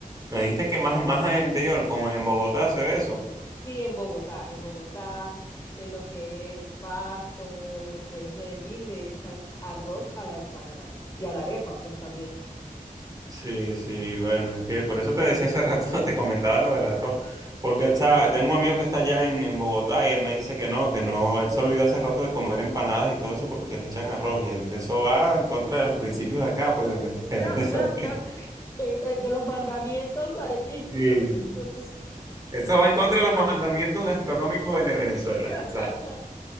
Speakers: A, on the right; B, on the left.
A: me dijiste que más, más en el interior, como en Bogotá se ve eso.
B: Sí, en Bogotá, en Bogotá, en lo que es Pasto, en lo que es Medellín, le echan arroz a la empanada y a la arepa, pues también.
A: Sí, sí, bueno, es que por eso te decía hace rato, <laughs> te comentaba lo del arroz, porque, o sea, tengo un amigo que está allá en, en Bogotá y él me dice que no, que no, él se olvidó hace rato de comer empanadas y todo eso porque le echan arroz y él, eso va en contra de los principios de acá, pues, en este-
B: <laughs>
A: <laughs> eso,
B: Eh, De los mandamientos arepísticos,
A: sí.
B: y tú.
A: Eso va en contra de los mandamientos gastronómicos en Venezuela,
B: <laughs>
A: o sea.